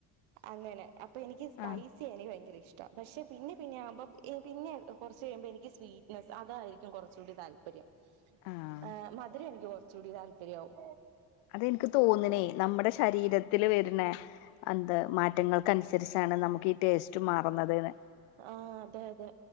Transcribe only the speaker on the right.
അങ്ങനെ അപ്പോ എനിക്ക് സ്പൈ
സ്‌പൈസി എനിക്ക് ഭയങ്ക ഇഷ്ട. പക്ഷെ പിന്നെ പിന്നെ ആവു മ്പോ പിന്നെ കൊറച്ച് കഴിയുമ്പോ എനിക് സ്വീ നസ് അതായിരിക്കും കൊറചൂടെ താല്പര്യം
ഏ മധുരൊ എനിക്ക് കൊറചൂടി താല്പര്യ ആവും
ആഹ് അതെ അതെ